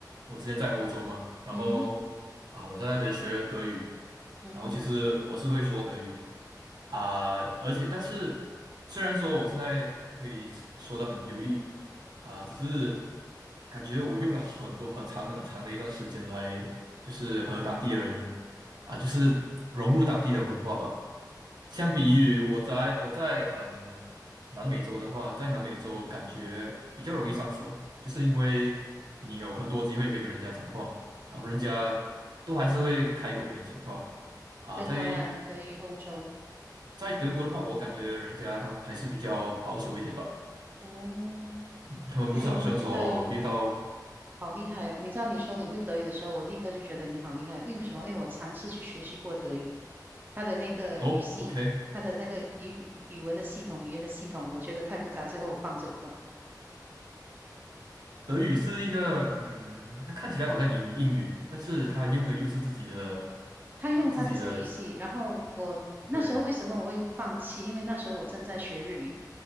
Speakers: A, on the right; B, on the right.
A: 我之前在欧洲嘛，然后啊我在那边学德语，
B: 嗯哼嗯哼，
A: 然后其实我是会说德语啊，而且但是虽然说我现在可以说的很流利啊，只是感觉我用了很多很长的很长的一段时间来，就是和当地的人啊，就是融入当地的文化吧。相比于我在我在嗯南美洲的话，在南美洲感觉比较容易上手，就是因为你有很多机会可以跟人家讲话，然后人家都还是会开口跟你讲话啊。
B: 德国呢，
A: 在
B: 德语欧洲。
A: 在德国的话，我感觉人家他们还是比较保守一点吧，
B: 哦，
A: 他们不是好像说哦遇到
B: 哎，你会德语，好厉害哦！你知道你说你会德语的时候，我立刻就觉得你好厉害。因为什么？因为我尝试去学习过德语，它的那个语系，
A: 哦 OK，
B: 它的那个语语文的系统、语言的系统，我觉得太复杂，最后我放着不动。
A: 德语是一个嗯，它看起来好像英英语，但是它用的又是自己的
B: 他用他自己的语系，
A: 呃自己的
B: 然后我那时候为什么我会放弃？
A: 对。
B: 因为那时候我正在学日语，